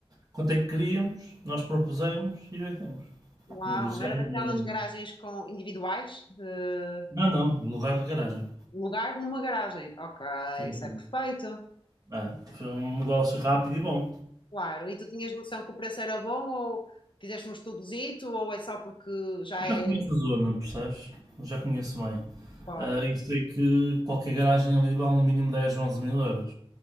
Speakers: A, on the right (about 35°); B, on the left (about 50°).
A: quanto é que queríamos, nós propusemos e vendemos.
B: Uau,
A: Negociámos,
B: era daquelas
A: mas vendemos.
B: garagens com individuais? eh,
A: Não, não, lugar de garagem.
B: lugar numa garagem. Ok,
A: Sim,
B: isso
A: sim.
B: é perfeito.
A: Ah, foi um negócio rápido e bom.
B: Claro, e tu tinhas noção que o preço era bom ou fizeste um estudozito ou é só porque já
A: Eu já
B: é.
A: conheço a zona, percebes? Eu Já conheço bem.
B: Claro,
A: Ah, e sei que qualquer garagem ali vale no mínimo 10 ou 11 mil euros.